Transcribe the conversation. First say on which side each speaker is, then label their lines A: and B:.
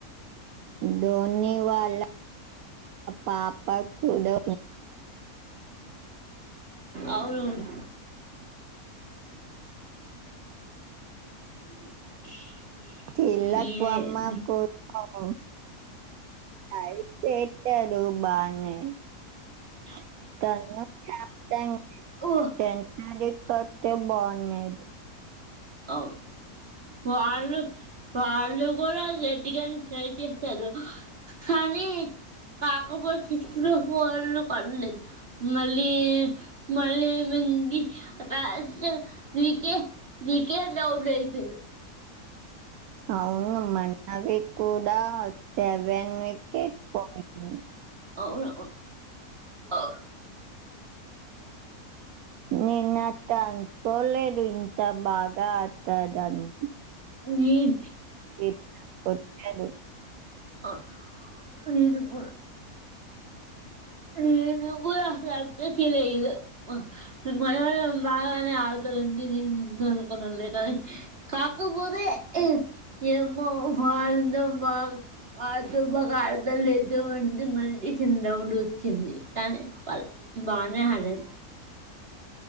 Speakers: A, on the right (about 75°); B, on the right (about 40°).
A: ధోని వాళ్ళ పాప కూడా
B: అవునవును <inaudible>
A: ఇల్లాకుమ్మాకు
B: ఏమి
A: పాపం అయితే అ <unintelligible> నువ్వు బానే <unintelligible>
B: అ <unintelligible> ఓ
A: మ్యాచ్
B: అవును వాళ్ళు వాళ్ళు కూడా గట్టిగానే ట్రై చేస్తారు కానీ కాకపోతే సిక్స్ లు ఫోర్లు పలేదు మళ్ళీ మళ్ళీ ఏంది మ్యాచ్ మీకే వికెట్లు అవుట్ అయిపోయిరు
A: అవును మన్నవి కూడా అత్తే వెన్ వికెట్ పోయింది
B: అవును అవు
A: నేను అట్ట అనుకోలేదు ఇంత బాగ్ గా ఆడుతారని
B: అవును
A: <unintelligible>
B: అ నేను కూడా నేను కూడా అసలు లే మ మనోళ్ళు బాగానే ఆడుతరని నేను అనుకున్నా లే కానీ కాకపోతే ఏమో వాడిందో బాగా ఆడుత బాగా ఆడత లేదు అంటంది మళ్ చిన్నగా ఉండు చింది కానీ ప బానే ఆడారు